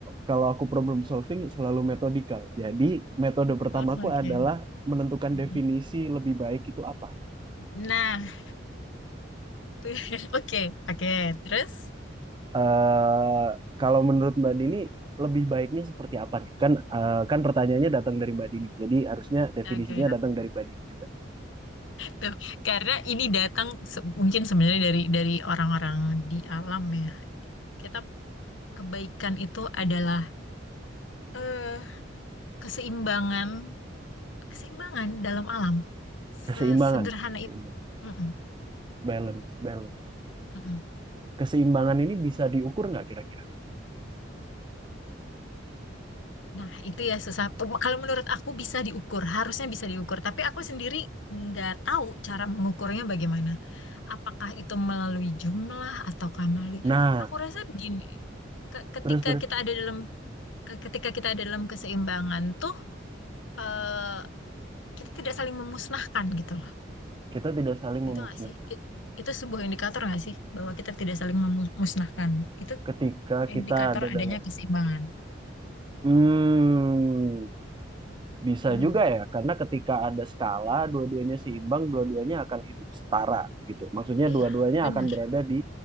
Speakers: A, on the right; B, on the left.
A: kalau aku problem solving selalu metodikal. Jadi metode pertamaku
B: Oh, oke.
A: adalah menentukan
B: Mhm.
A: definisi lebih baik itu apa.
B: Nah, <laughs> oke, oke. Terus?
A: eh kalau menurut Mbak Dini, lebih baiknya seperti apa nih? Kan eh, kan pertanyaannya datang dari Mbak Dini, jadi harusnya definisinya
B: Oke.
A: datang dari Mbak Dini juga.
B: Tuh, karena ini datang se- mungkin sebenarnya dari dari orang-orang di alam ya. Kita kebaikan itu adalah eh, keseimbangan, keseimbangan dalam alam.
A: Keseimbangan,
B: Sesederhana
A: keseimbangan,
B: itu. Mm-mm,
A: balance, balance.
B: mm-mm.
A: Keseimbangan ini bisa diukur nggak kira-kira?
B: Nah, itu ya susah. Pe- Kalau menurut aku bisa diukur, harusnya bisa diukur. Tapi aku sendiri nggak tahu cara mengukurnya bagaimana. Apakah itu melalui jumlah ataukah melalui...
A: Nah,
B: Aku rasa begini ke- ketika
A: terus terus
B: kita ada dalam ke- ketika kita ada dalam keseimbangan tuh eh, kita tidak saling memusnahkan gitu loh.
A: kita tidak saling memusnah
B: Gitu nggak sih? I- Itu sebuah indikator nggak sih bahwa kita tidak saling memusnahkan? Itu
A: ketika kita
B: indikator
A: ada
B: adanya
A: dalam.
B: keseimbangan.
A: Hmm, bisa
B: Hmm,
A: juga ya, karena ketika ada skala, dua-duanya seimbang, dua-duanya akan hidup setara gitu. Maksudnya
B: iya,
A: dua-duanya
B: benar.
A: akan berada di